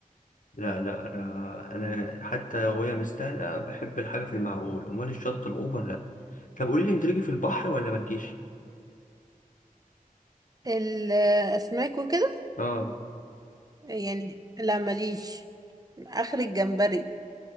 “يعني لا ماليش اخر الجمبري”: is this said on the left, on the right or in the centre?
Right